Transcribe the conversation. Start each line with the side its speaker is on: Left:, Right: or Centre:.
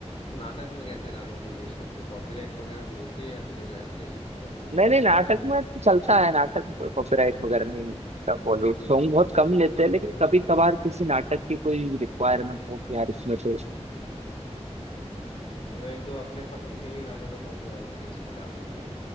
Left: नाटक में कैसे गानों को यूज करते हो कॉपीराइट वगैरह लेके या फिर ऐसे ही जब मन
Right: नहीं
Left: किया
Right: नहीं नाटक
Left: डाल दिया
Right: में तो चलता है नाटक में कोई कॉपीराइट वगैरह नहीं इसका बॉलीवुड सॉन्ग बहुत कम लेते
Left: अच्छा उसमें
Right: हैं लेकिन
Left: उसमें
Right: कभी
Left: नहीं
Right: कभार
Left: रहता
Right: किसी नाटक की कोई रिक्वायरमेंट हो कि यार इसमें तो
Left: अच्छा चलो एक दो अपने पसंद के भी गाने बता दो यार मैं लिस्ट में डाल दूंगा